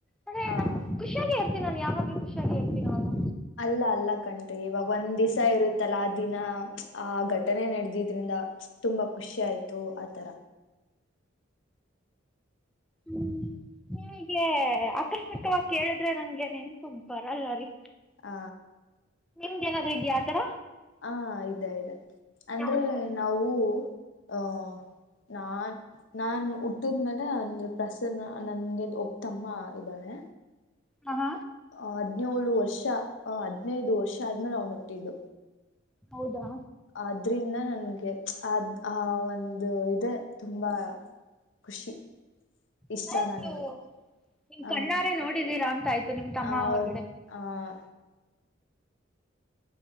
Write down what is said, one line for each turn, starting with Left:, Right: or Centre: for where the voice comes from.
Centre: ಅಂದೆ
Left: ಹಾ
Centre: ನಮ್ ಖುಷಿಯಾಗಿ. ನಾನು ಯಾವಾಗ ಖಷಾಗಿ ಹೇತೀನ ಅವ
Left: ಅಲ್ಲ ಅಲ್ಲ ಕಣ್ರಿ ಇವಾಗ ಒಂದ್ ದಿವ್ಸ ಇರುತ್ತಲ್ಲ ಆ ದಿನ ಆ ಘಟನೆ ನಡೆದಿದ್ರಿಂದ ತುಂಬಾ ಖುಷಿ ಆಯ್ತು ಆತರ
Centre: ಹ್ಮ್ ನಿಗೆ ಆಕಸ್ಮಿಕವಾಗಿ ಕೇಳಿದ್ರೆ ನಂಗೆ ನೆನ್ಪು ಬರಲ್ಲ ರೀ
Left: ಹ
Centre: ನಿಮ್ದ ಏನಾದ್ೂ ಇದ್ಯಾಾ ಆತರ
Left: ಹಾ ಇದ ಇದಾ. ಅಂದ್ರೆ
Centre: ಯಾವುದು
Left: ನಾವು. ಅಹ ನಾನ್ ನಾನ್ ಹುಟ್ಟಿದ್ಮೇಲೆ ಅಂದೆ ಪ್ರಸನ್ನ ನನ್ಗೆ ಒಪ್ತಮ್ಮ ಇದ್ದಾನೆ.
Centre: ಹ ಹಾ.
Left: ಆ ಹದ್ನೇಳು ವರ್ಷ ಆ ಹದ್ನೈದು ವರ್ಷ ಆದ್ಮೇಲೆ ಅವ್ನು ಹುಟ್ಟಿದ್ದು.
Centre: ಹೌದಾ
Left: ಆದ್ರಿಂದ ನನ್ಗೆ ಅ್ ಆ ಒಂದು ಇದೆ ತುಂಬಾ ಖುಷಿ. ಇಷ್ಟ
Centre: ಅಂದ್ರೆ
Left: ನನ್ಗೆ
Centre: ನೀವು ನಿಮ
Left: ಆ
Centre: ಕಣ್ಣಾರೆೇ ನೋಡಿದೀರ ಅ. ಮ ನಿಮ್ ತಮ್ಮ
Left: ಹೌದ್
Centre: ಹೊರಗಡೆೆ.
Left: ಆ